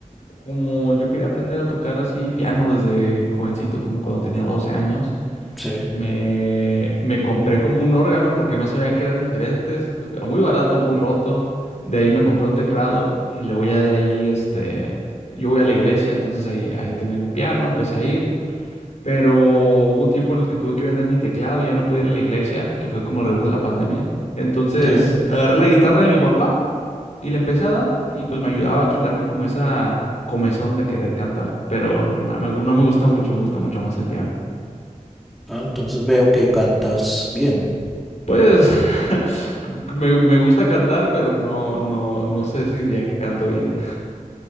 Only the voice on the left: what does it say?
como yo quería aprender a tocar así piano desde jovencito, como cuando tenía 12 años.
Me, me compré como un órgano porque no sabía que eran diferentes, pero muy barato, muy roto. De ahí me compré un teclado y luego ya de ahí, este, yo voy a la iglesia, entonces ahí, ahí tenían un piano, empecé a ir, pero hubo un tiempo en el que tuve que vender mi teclado y ya no podía ir a la iglesia, que fue como alrededor de la pandemia. Entonces
agarré la guitarra de mi papá y le empecé a dar y pues me ayudaba a quitarme como esa comezón de querer cantar, pero no me, no me gusta mucho, me gusta mucho más el piano.
Pues <laughs> me, me gusta cantar, pero no, no, no sé si diría que canto bien.